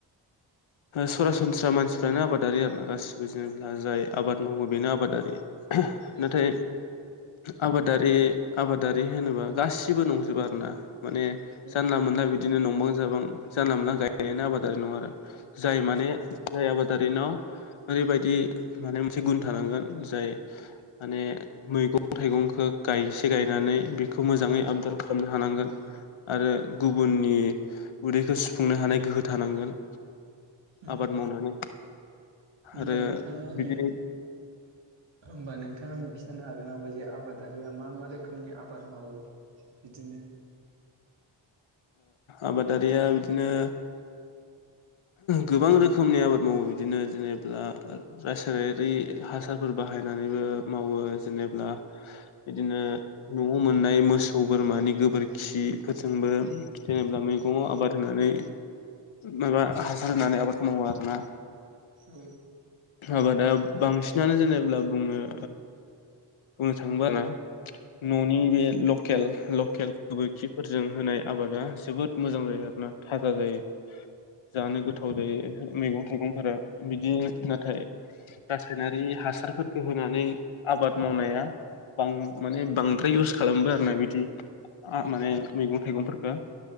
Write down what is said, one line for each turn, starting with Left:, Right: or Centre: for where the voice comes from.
Left: सरासनस्रा मानसिफ्रानो आबादारि आरो ना गासिबो जेनेा जाय आबाद
Right: औ
Left: मावो बेनो आबादारि
Right: औ
Left: नाथाय आबादारि आबादारि होनोबा गासिबो नंजोबो आरो ना माने
Right: औ
Left: जानला मोनला बिदिनो नंबां जाबां जानला मोनला गायनायानो आबादारि नङा आरो जाय माने जाय आबादारिनाव ओरैबायदि माने मोनसे गुन थानांगोन जाय मानि मैगं थाइगंखौ गायसे गायनानै बेखौ मोजाङै आबदार खालामनो हानांगोन आरो गुबुननि उदैखौ सुफुंनो हानाय गोहो थानांगोन
Right: उम
Left: आबाद मावनानै
Right: होमबा
Left: आरो
Right: नोंथाङा आंनो
Left: बिदि
Right: होमबा नोंथाङां खिथानो हागोन ना जे आबादारिया मा मा रोखोमनि आबाद मावो बिदिनो
Left: आबादारिया बिदिनो गोबां रोखोमनि आबाद मावो बिदिनो जेनेब्ला रासायनारि हासारफोर बाहायनानैबो मावो जेनेबा बिदिनो न'आव मोननाय मोसौ बोरमानि गोबोरखिफोरजोंबो जेनेा मैगङाव आबाद होनानै माबा हासार होनानै आबादखौ मावो आरोना
Right: औ
Left: आबादा बांसिनानो जेनेब्ला बुङो बुंनो थाङोब ना न'नि बे ल लकेल
Right: औ
Left: गोबोरखिफोरजों होनाय आबादा जोबोद मोजां जायो आरोना थाजा जायो जानो गोथाव जायो
Right: उम
Left: मैगं थाइगंफोरा बिदि नाथाय गासायनारि हासारफोरखौ होनानै आबाद मावनाया ब माने बांद्राय इउस खालामो आरो ना बिदि माने मैगं थाइगंफोरखौ